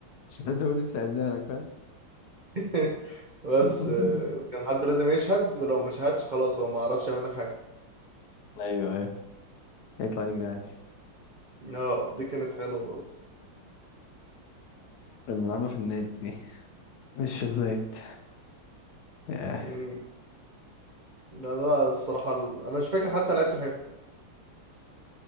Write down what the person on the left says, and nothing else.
شاهدونس شاهدنا لك فاهم
<laughs>
ايوه ايوه يطلع يجري عادي
كنا بنلعبها في النادي دي الشيخ زايد ياه.